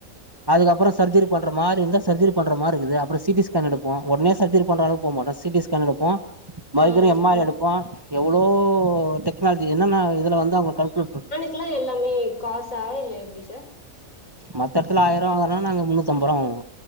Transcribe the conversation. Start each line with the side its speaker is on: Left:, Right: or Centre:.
Right: அதுக்கப்புற சர்ஜரி பண்ற‌மாரி இருந்தா சர்ஜரி பண்ற மாரி இருக்குது அப்புற சி டி ஸ்கேன் எடுப்போ உடனே சர்ஜரி பண்ற அளவுக்கு போ மாட்டோ சிடி ஸ்கேன் எடுப்போ மறுபடி
Left: ஆமா
Right: எம் ஆர்
Left: ஆ
Right: எடுப்போ எவ்ளோ டெக் டெக்னாலஜி என்னன்ன இதுல வந்து அவுங்கள கன்க்ளுட் பண்ண
Left: ல்ல எல்லாமே காசா இல்ல எப்டி சார்
Right: மத்த இடத்துல ஆயிர ரூவா வாங்கறனா நாங்க முன்னூத்தம்பது ரூவா வாங்குவோ